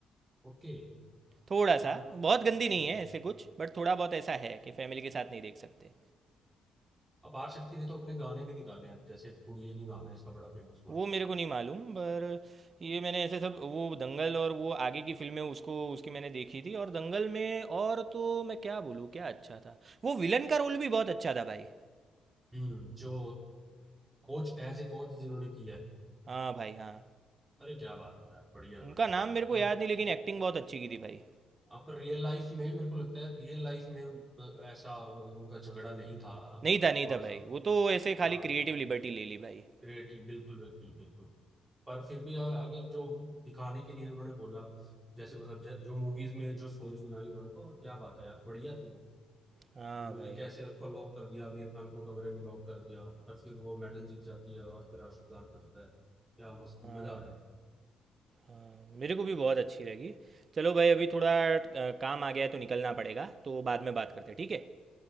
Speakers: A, on the right; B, on the right.
A: ओके
B: थोड़ा सा
A: हाँ
B: बहुत गंदी
A: हम्म।
B: नहीं है ऐसे कुछ बट थोड़ा बहुत ऐसा है कि फैमिली के साथ नहीं देख सकते
A: अपार शक्ति ने तो अपने गाने भी निकाले हैं जैसे कुड़िये नी गाना है इसका बड़ा फेमस हुआ
B: वो मेरे को नहीं मालूम पर ये मैंने ऐसे सब वो दंगल और वो आगे की फिल्में उसको उसकी मैंने देखी थी और दंगल में और तो मैं क्या बोलूँ क्या अच्छा था वो विलन का रोल भी बहुत अच्छा था भाई
A: हम्म जो कोच एज ए कोच जिन्होंने किया है
B: हाँ भाई हाँ
A: अरे क्या बात है यार बढ़िया
B: उनका
A: बढ़िया
B: नाम
A: मतलब
B: मेरे को याद नहीं लेकिन एक्टिंग बहुत अच्छी की थी भाई
A: आप रियल लाइफ में मेरे को लगता है रियल लाइफ में अ, ऐसा मतलब उनका झगड़ा नहीं था
B: नहीं था नहीं
A: वास्तव
B: था भाई
A: में।
B: वो तो ऐसे खाली
A: हाँ
B: क्रिएटिव लिबर्टी ले ली भाई
A: क्रिएटिव बिल्कुल बिल्कुल बिल्कुल पर फिर भी अ- अगर जो हम दिखाने के लिए उन्होंने बोला जैसे मतलब ज- जो मूवीज में जो स्टोरीज बनाई उन्होंने को क्या बात है यार बढ़िया थी वो
B: हाँ
A: उन्होंने
B: भाई
A: कैसे
B: हाँ
A: उसको लॉक कर दिया आमिर खान को कमरे में लॉक कर दिया पर फिर वो मेडल जीत जाती है और फिर राष्ट्रगान बजता है क्या मस्त मजा
B: हाँ भाई
A: आया उसमें
B: हाँ मेरे को भी बहुत अच्छी लगी चलो भाई अभी थोड़ा अ, काम आ गया है तो निकलना पड़ेगा तो बाद में बात करते हैं, ठीक है